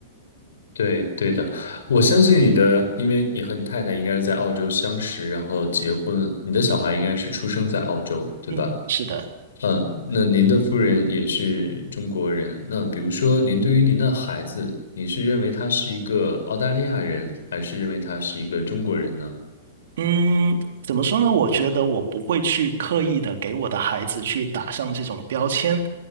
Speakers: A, on the left (about 65°); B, on the right (about 60°).
A: 对对的，我相信你的，因为你和你太太应该是在澳洲相识，然后结婚，你的小孩应该是出生在澳洲，对吧？
B: 嗯，是的。
A: 嗯，那您的夫人也是中国人，那比如说，您对于您的孩子，你是认为他是一个澳大利亚人，还是认为他是一个中国人呢？
B: 嗯，怎么说呢？我觉得我不会去刻意的给我的孩子去打上这种标签，